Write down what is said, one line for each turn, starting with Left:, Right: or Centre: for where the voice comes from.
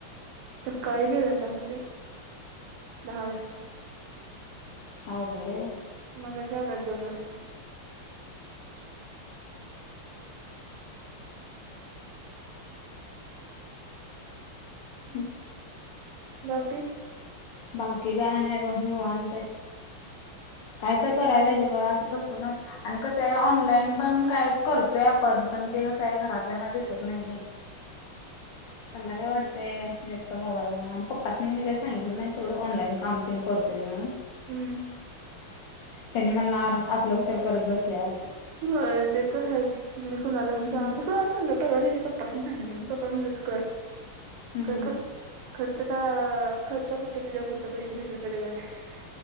Right: संकाळी गेल्याता माहितेय? धा वाजता
Left: अवघडयं बाई.
Right: मघाशी आल्यात दोन वाजता.
Left: <inaudible>
Right: बाकी?
Left: बाकी काय नाय बघ निवांतयं. काय तर कराय पाहिजे ग असं बसूनच आणि कसयं ऑनलाईन पण काय करतोय आपण पण ते कसयं घरातल्यांना दिसत ना मी त्यांना काय वाट तय नुसतं मोबाईल घेवून आणि पप्पांसनी मी कायी सांगितलं नायी सोडं ऑनलाईन काम तेन करतोय म्हणून.
Right: हुं.
Left: त्यांनी म्हणांर आसल कशाला करत बसल्यास.
Right: होयं ते तरं आहेतं मी कुणांला
Left: हम्म.
Right: सांगीतलं असे लंच पर्वा दिवशी सांगितलं मगं पप्पां म्हणलेत करं
Left: हम्म
Right: कायं करं खर्चचा खर्च पुरतं तुझ्यां पुुरतं पैसे भेेटले तरी बांस